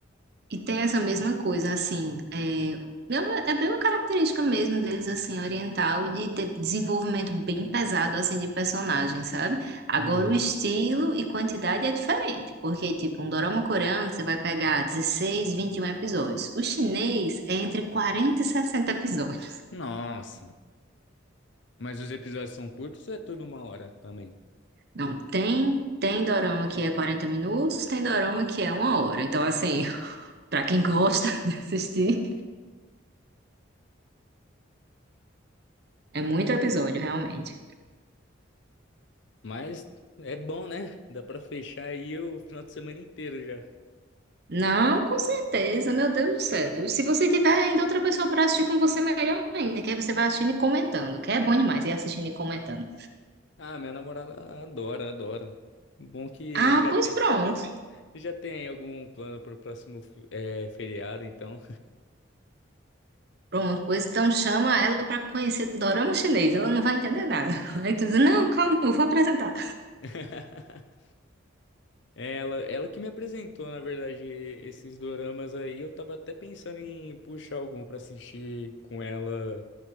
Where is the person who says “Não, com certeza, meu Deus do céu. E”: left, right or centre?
Right